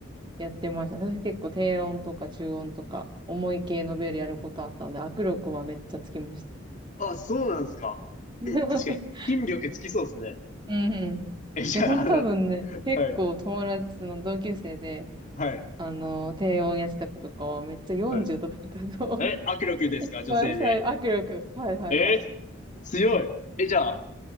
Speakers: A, on the right; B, on the left.
A: やってました。私結構低音とか中音とか、重い系のベルやることあったので、握力はめっちゃつきました。
B: あ、そうなんですか。
A: <laughs>
B: え、確かに、筋力つきそうですね。
A: うんうん。
B: え、じゃあ、
A: いや、ほんと多分ね、
B: あの、
A: 結構友達の同級生で、
B: はい、はい、
A: あの、低音やってた子とかはめっちゃ40とかだったと思う。
B: はい。え、握力ですか、
A: <laughs> 一番最、
B: 女性で。
A: 握力。はいはいはい。
B: えー強い。え、じゃあ、